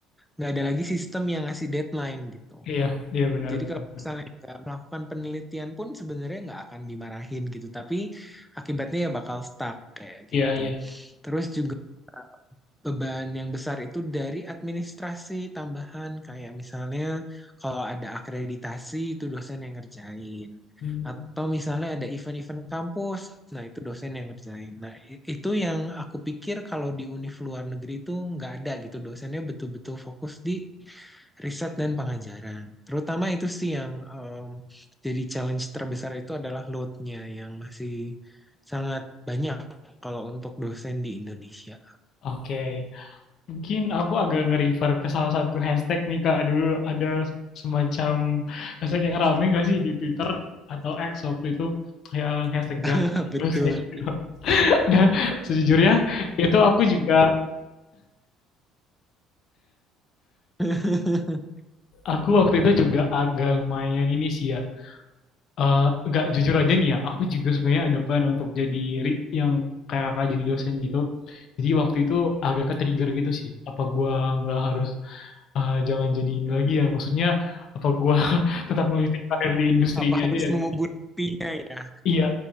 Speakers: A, in the centre; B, on the left.
A: nggak ada lagi sistem yang ngasih deadline gitu.
B: iya iya benar
A: Jadi
B: benar
A: kalau
B: benar.
A: misalnya nggak melakukan penelitian pun sebenarnya nggak akan dimarahin gitu, tapi akibatnya ya bakal stuck kayak gitu.
B: iya iya
A: Terus juga beban yang besar itu dari administrasi tambahan kayak misalnya kalau ada akreditasi itu dosen yang ngerjain.
B: Hmm,
A: Atau misalnya ada event-event kampus, nah itu dosen yang ngerjain. Nah i- itu yang aku pikir kalau di univ luar negeri itu nggak ada gitu, dosennya betul-betul fokus di riset dan pengajaran. Terutama itu sih yang em, jadi challenge terbesar itu adalah load-nya yang masih sangat banyak kalau untuk dosen di Indonesia.
B: oke Mungkin aku agak nge-refer ke salah satu hashtag nih Kak. Dulu ada semacam hashtag yang rame gak sih di Twitter atau X waktu itu yang hashtag
A: <laughs>
B: jam.
A: Betul.
B: Terus saya juga- <laughs> Dan sejujurnya itu aku juga
A: <laughs>
B: aku waktu itu juga agak lumayan ini sih ya. Eh, nggak jujur aja nih ya, aku juga sebenarnya ada plan untuk jadi ri- yang kayak kakak jadi dosen gitu. Jadi waktu itu agak ke trigger gitu sih. Apa gua nggak harus ah, jangan jadi ini lagi ya. Maksudnya apa gua <laughs> tetap melanjutkan karir di industri
A: Apa
B: ini
A: harus
B: aja ya?
A: mengubur pipinya ya?
B: Iya,